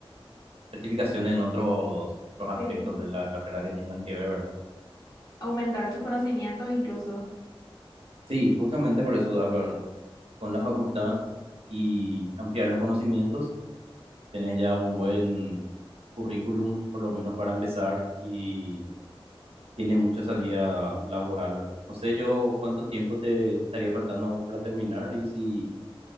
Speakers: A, on the right (about 85°); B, on the left (about 40°).
A: certificación en otros, en otros aspectos
B: Sí.
A: de la carrera que tengan que ver, ¿verdad?
B: Aumentar tus conocimientos incluso.
A: Sí, justamente por eso, a ver, con la facultad y ampliar los conocimientos, tenés ya un buen currículum, por lo menos para empezar, y tiene mucha salida laboral, ¿verdad? No sé yo cuánto tiempo te, te estaría faltando a vos para terminar y si